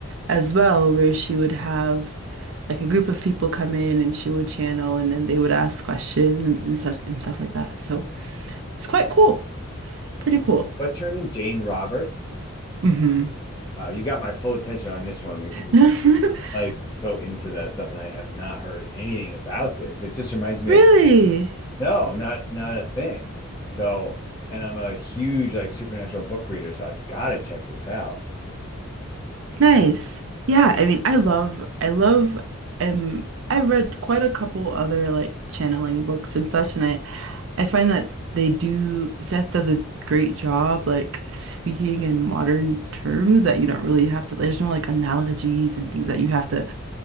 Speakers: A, on the right (about 60°); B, on the left (about 15°).
A: as well, where she would have like a group of people come in and she would channel and then they would ask questions and such and stuff like that. So it's quite cool. It's pretty cool.
B: What's her name? Jane Roberts.
A: hmm
B: Uh, you got my full attention on this one because
A: <laughs>
B: like so into that stuff and I have not heard anything about this. It just reminds me
A: Really?
B: of No, not not a thing. So, and I'm a huge like supernatural book reader, so I've got to check this out.
A: Nice. Yeah, I mean, I love, I love, um, I've read quite a couple other like channeling books and such, and I, I find that they do, Seth does a great job like speaking in modern terms that you don't really have to, there's no like analogies and things that you have to